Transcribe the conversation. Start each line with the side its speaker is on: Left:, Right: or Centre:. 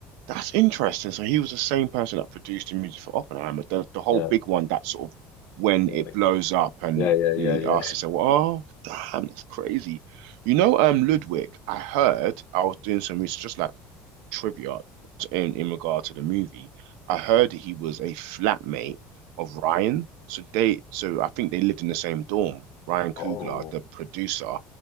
Right: that's interesting. So he was the same person that produced the music for Oppenheimer, the the whole
Left: Yeah,
Right: big one that sort of when
Left: yeah,
Right: it
Left: like
Right: blows up and
Left: yeah, yeah, yeah,
Right: you know, he
Left: yeah.
Right: asked to say, "Well, oh, damn, that's crazy." You know, um, Ludwig, I heard I was doing some research, just like trivia in in regard to the movie. I heard that he was a flatmate of Ryan, so they so I think they lived in the same dorm. Ryan Coogler,
Left: Oh,
Right: the producer,